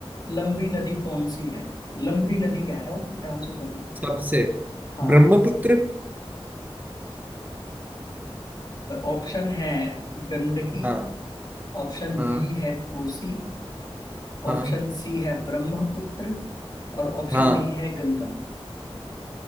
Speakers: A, on the left; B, on the right.
A: लंबी नदी कौन सी है लंबी नदी कह रहा हूँ ध्यान से सुनो
B: सबसे
A: हाँ
B: ब्रह्मपुत्र
A: ऑप्शन है गंडकी
B: हाँ
A: ऑप्शन
B: हाँ
A: बी है कोसी
B: हाँ
A: ऑप्शन सी है ब्रह्मपुत्र और ऑप्शन
B: हाँ
A: डी है गंगा